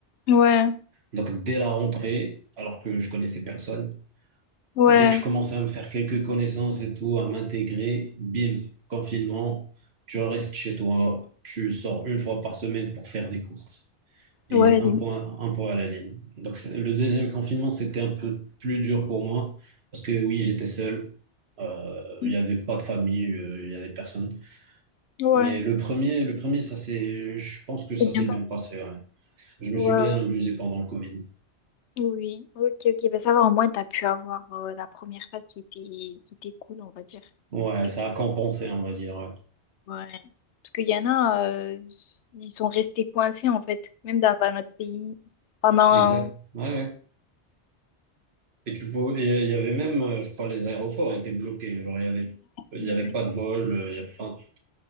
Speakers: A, on the left; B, on the right.
A: Ouais,
B: Donc, dès la rentrée, alors que je connaissais personne,
A: ouais,
B: Dès que je commençais à me faire quelques connaissances et tout, à m'intégrer, bim, confinement, tu restes chez toi, tu sors une fois par semaine pour faire des courses et
A: ouais,
B: un
A: les...
B: point, un point à la ligne. Donc c'est- le deuxième confinement, c'était un peu plus dur pour moi parce que oui, j'étais seul, euh,
A: Mhm.
B: il n'y avait pas de famille, euh, il n'y avait personne.
A: Ouais,
B: Mais le premier, le premier, ça c'est, je pense que ça
A: c'est
B: s'est
A: bien passé.
B: bien passé. ouais. Je me
A: Ouais,
B: suis bien
A: ouais.
B: amusé pendant le Covid.
A: Oui, ok, ok. Ben, ça va, au moins, t'as pu avoir euh, la première phase qui était, qui était cool, on va dire.
B: Ouais,
A: Parce que
B: ça a compensé, on va dire. ouais.
A: Ouais. Parce qu'il y en a, euh, ils sont restés coincés en fait, même dans un autre pays pendant.
B: Exact. Ouais, ouais. Et tu peux, il y a- il y avait même, euh, je crois, les aéroports étaient bloqués. Genre, il y avait, il
A: Ouais,
B: y avait pas de vol, euh, il y a pas, tu